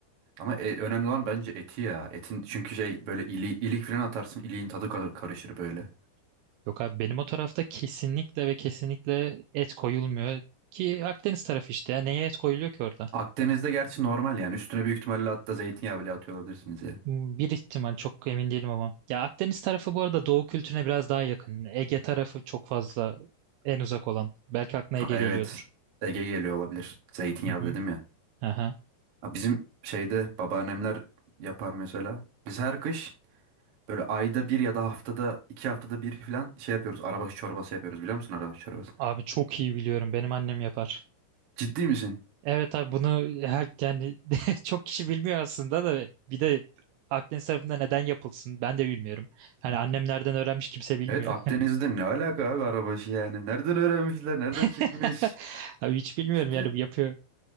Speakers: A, on the right; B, on the right.
A: Ama e, önemli olan bence eti ya. Etin çünkü şey böyle ili, ilik falan atarsın iliğin tadı kar- karışır böyle.
B: Yok abi benim o tarafta kesinlikle ve kesinlikle et koyulmuyor. Ki Akdeniz tarafı işte ya. Neye et koyuluyor ki orada?
A: Akdeniz'de gerçi normal yani üstüne büyük ihtimalle hatta zeytinyağı bile atıyor olabilirsiniz ya.
B: Hmm, Bir ihtimal çok emin değilim ama. Ya Akdeniz tarafı bu arada Doğu kültürüne biraz daha yakın. Ege tarafı çok fazla en uzak olan. Belki aklına
A: Ha,
B: Ege
A: evet
B: geliyordur.
A: Ege geliyor olabilir. Zeytinyağı
B: Hı hı.
A: dedim ya.
B: Aha.
A: Ha, Bizim şeyde babaannemler yapar mesela. Biz her kış böyle ayda bir ya da haftada iki haftada bir falan şey yapıyoruz. Arabaşı çorbası yapıyoruz biliyor musun arabaşı çorbası?
B: Abi çok iyi biliyorum. Benim annem yapar.
A: Ciddi misin?
B: Evet abi bunu her yani <laughs> çok kişi bilmiyor aslında da bir de Akdeniz tarafında neden yapılsın ben de bilmiyorum. Hani annem nereden öğrenmiş kimse bilmiyor.
A: Evet Akdeniz'de ne alaka abi arabaşı yani? Nereden öğrenmişler? Nereden çıkmış?
B: <laughs> Abi hiç bilmiyorum
A: Çünkü
B: yani bu yapıyor.